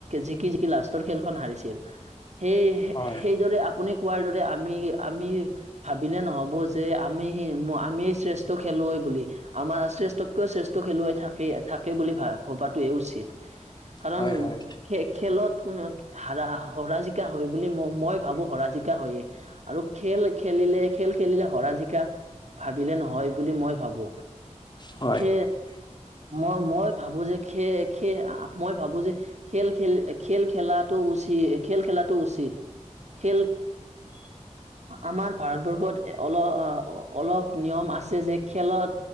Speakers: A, on the right; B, on the left.
A: জিকি জিকি লাষ্টৰ খেলখন হাৰিছিল সেই
B: হয়
A: সেইদৰে আপুনি কোৱাৰ আমি আমি ভাবিলে নহব যে আমি আমি শ্ৰেষ্ঠ খেলুৱৈ বুলি আমাৰ শ্ৰেষ্ঠতকৈও শ্ৰেষ্ঠ খেলুৱৈ থাকে থাকে বুলি ভ ভবাতয়ে উচিত। কাৰণ
B: হয় হয়
A: খে খেলত কোন হৰা হৰা জিকা হয় বুলি মই মই ভাবো হৰা জিকা হয়ে। আৰু খেল খেলিলে খেল খেলিলে হৰা জিকা ভাবিলে নহয় বুলি মই ভাবো
B: হয়
A: সে মই মই ভাবো যে খে খে মই ভাবো যে খেল খেল খেল খেলাটো উচিত। খেল খেলাটো উচিত খেল আমাৰ ভাৰতবৰ্ষত অলপ অলপ নিয়ম আছে যে খেলত